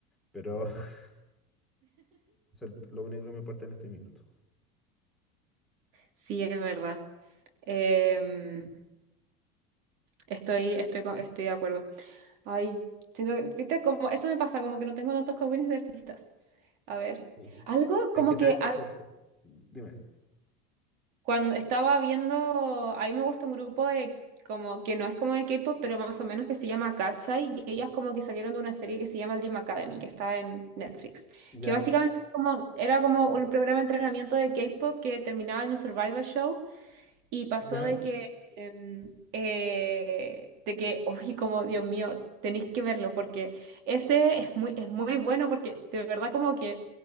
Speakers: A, in the centre; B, on the right.
A: pero <laughs> eso es lo único que me importa en este minuto.
B: Sí, es verdad. Em, estoy, estoy, con- estoy de acuerdo. Ay, siento que- viste, como eso me pasa, como que no tengo tantos cowines de artistas. A ver,
A: Sí.
B: algo como
A: Es que te,
B: que
A: te corto. Dime.
B: Cuando estaba viendo, ahí me gusta un grupo de como que no es como de K-pop, pero más o menos que se llama Katsai, y ellas como que salieron de una serie que se llama Dream Academy, que está en Netflix,
A: Ya,
B: que básicamente es como, era como un programa de entrenamiento de K-pop que terminaba en un survival show y pasó
A: ya,
B: de que, em, eh, de que, uy, como Dios mío, tenéis que verlo porque ese es muy, es muy bueno porque de verdad como que